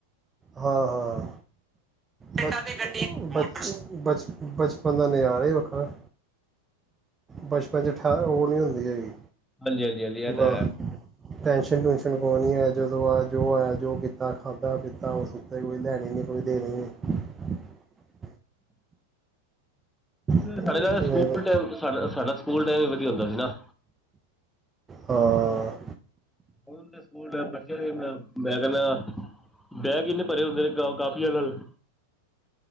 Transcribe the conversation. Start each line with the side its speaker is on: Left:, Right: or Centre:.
Right: ਹਾਂ-ਹਾਂ, ਬ ਬ ਬ ਬ ਬੰਦਾ ਨਜ਼ਾਰਾ ਹੀ ਵੱਖਰਾ, ਬਚਪਨ 'ਚ ਠ ਉਹ ਨਹੀਂ ਹੁੰਦੀ ਹੈਗੀ।
Centre: ਹਾਂਜੀ ਹਾਂਜੀ ਹਾਂਜੀ ਇਹ
Right: <unintelligible>
Centre: ਤਾਂ ਹੈ
Right: ਟੈਸ਼ਨ ਟੂਨਸ਼ਨ ਕੋ ਨੀ ਹੈ। ਜਦੋਂ ਆ ਜੋ ਆਇਆ ਜੋ ਕੀਤਾ ਖਾਧਾ ਪੀਤਾ ਉਸ ਉੱਤੇ ਕੋਈ ਲੈਣੀ ਨੀ ਕੋਈ। <unintelligible> ਨਹੀਂ
Centre: ਸਾਡੇ ਸਕੂਲ
Right: ਮੇਰੇ-
Centre: ਟਾਈਮ ਸਾਡਾ ਸਕੂਲ ਟਾਈਮ ਵੀ ਵਧੀਆ ਹੁੰਦਾ ਸੀ ਨਾ।
Right: ਹਾਂ,
Centre: ਹੁਣ ਸਕੂਲ ਮੈਂ ਕਹਿੰਦਾ ਬੈਗ ਕਿੰਨੇ ਭਰੇ ਹੁੰਦੇ ਨੇ ਕਾਪੀਆਂ ਨਾਲ